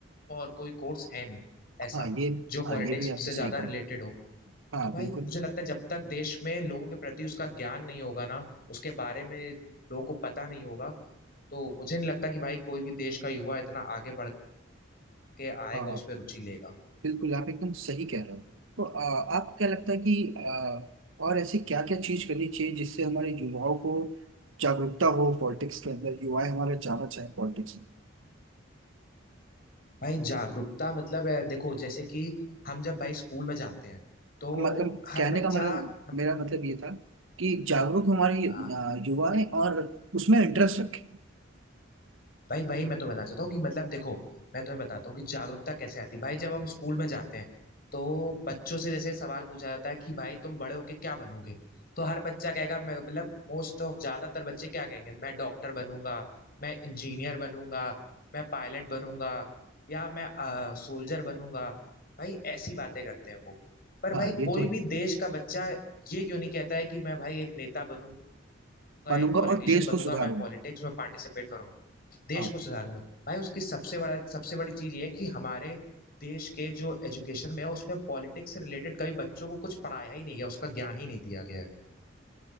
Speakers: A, on the left; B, on the right.
A: और कोई कोर्स है नहीं
B: हाँ
A: ऐसा
B: ये
A: जो पॉलिटिक्स
B: हाँ ये भी आपने
A: से ज्यादा
B: सही कहा
A: रिलेटेड हो
B: हाँ
A: तो भाई
B: बिल्कुल
A: मुझे लगता है जब तक देश में लोगों के प्रति उसका ज्ञान नहीं होगा ना उसके बारे में लोगों को पता नहीं होगा तो मुझे नहीं लगता कि भाई कोई भी देश का युवा इतना आगे बढ़ के आएगा
B: हाँ
A: उस पर रुचि लेगा
B: बिल्कुल आप एकदम सही कह रहे हो तो आ, आपको क्या लगता है कि आ, और ऐसी क्या क्या चीज करनी चाहिए जिससे हमारे युवाओं को जागरूकता हो पॉलिटिक्स के अंदर युवा हमारा जाना चाहे पॉलिटिक्स
A: भाई जागरूकता मतलब अ, देखो जैसे कि हम जब भाई स्कूल में जाते हैं तो
B: में मतलब
A: हर
B: कहने
A: बच्चा
B: का मतलब
A: हमें
B: मेरा मतलब ये था कि जागरूक हमारे
A: हाँ
B: आ, युवा है और उसमें इंटरेस्ट रखें
A: भाई वही मैं तो बताना चाहता हूँ कि मतलब देखो मैं तुम्हें बताता हूँ कि जागरूकता कैसे आती है। भाई जब हम स्कूल में जाते हैं तो बच्चों से जैसे सवाल पूछा जाता है कि भाई तुम बड़े होके क्या बनोगे तो हर बच्चा कहेगा मैं मतलब मोस्ट ऑफ ज्यादातर बच्चे क्या कहेंगे मैं डॉक्टर बनूंगा मैं इंजीनियर बनूंगा मैं पायलट बनूंगा या मैं सोल्जर बनूंगा भाई ऐसी बातें करते हैं वो पर भाई
B: हाँ ये
A: कोई
B: तो है
A: भी देश का बच्चा ये क्यों नहीं कहता है कि मैं भाई एक नेता बनूंगा
B: बनूंगा
A: एक पॉलिटिशियन
B: और देश
A: बनूंगा
B: को सुधारूंगा
A: मैं पॉलिटिक्स में पार्टिसिपेट करूंगा देश
B: हाँ
A: को सुधारूंगा भाई उसकी सबसे बड़ा सबसे बड़ी चीज ये है कि हमारे देश के जो एजुकेशन में है उसमें पॉलिटिक्स से रिलेटेड कभी बच्चों को कुछ पढ़ाया ही नहीं गया उसका ज्ञान ही नहीं दिया गया है